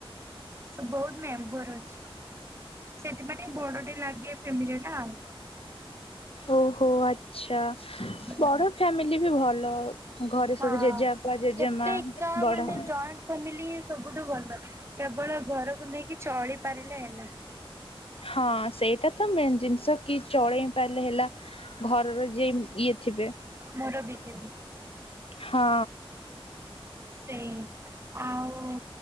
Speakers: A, on the right; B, on the left.
A: ସେ ବହୁତ ମେମ୍ବର ଅଛି ସେଥିପାଇଁ ବଡ ଟେ ଲାଗେ ଫ୍ୟାମିଲି ଟା ଆଉ।
B: ଓହୋ ଆଛା
A: ଆଉ।
B: ବଡ ଫ୍ୟାମିଲି ବି ଭଲ। ଘରେ
A: ହଁ
B: ସବୁ ଜେଜେବାପା ଜେଜେମା
A: କେତେ ଏକା
B: ବଡ
A: ମାନେ ଜଏଣ୍ଟ ଫ୍ୟାମିଲି ସବୁଠୁ ଭଲ କେବଳ ଘରକୁ ନେଇକି ଚଳି ପାରିଲେ ହେଲା।
B: ହଁ ସେଇଟା ତ ମେନ୍ ଜିନିଷ କି ଚଳେଇ ପାରିଲେ ହେଲା। ଘରର ଯିଏ ଇଏ ଥିବେ
A: ମୋର ବି କେବେ
B: ହଁ।
A: ସେଇ ଆଉ